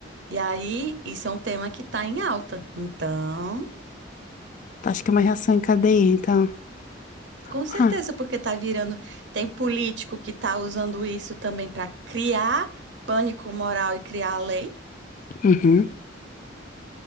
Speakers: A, on the right; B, on the left.
A: E aí, isso é um tema que tá em alta. Então,
B: Acho que é uma reação em cadeia, então.
A: Com
B: Huh.
A: certeza, porque tá virando. Tem político que tá usando isso também para criar pânico moral e criar lei.
B: Uhum.